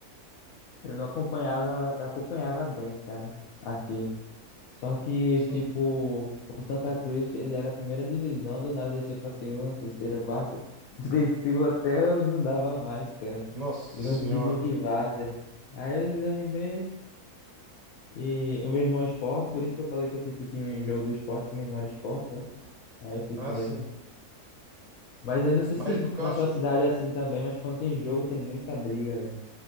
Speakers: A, on the left; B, on the right.
A: eu não acompanhava, eu acompanhava bem, cara, aqui. Só que,
B: Sim.
A: tipo, o Santa Cruz, ele era a primeira divisão, do nada descer pra segunda, terceira, quarta, <laughs> desceu até eu não dava mais, cara.
B: Nossa
A: Virou
B: senhora.
A: um time de várzea. Aí eu desanimei. E o meu irmão é esporte, por isso que eu falei que eu fui pro time jogo do esporte, que meu irmão era esporte, né? Aí eu fui
B: Ah,
A: com
B: sim.
A: ele. Mas aí não sei
B: Mas
A: se
B: no caso,
A: na tua cidade é assim também, mas quando tem jogo tem muita briga, velho.